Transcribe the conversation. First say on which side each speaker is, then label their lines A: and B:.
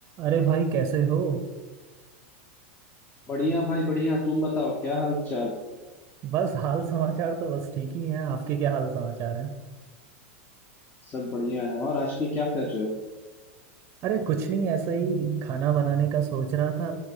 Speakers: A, on the right; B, on the left.
A: अरे भाई कैसे हो
B: बढ़िया भाई बढ़िया तुम बताओ क्या हाल चाल
A: बस हाल समाचार तो बस ठीक ही हैं आपके क्या हाल समाचार हैं
B: सब बढ़िया है और आजकल क्या कर रहे हो
A: अरे कुछ नहीं ऐसे ही खाना बनाने का सोच रहा था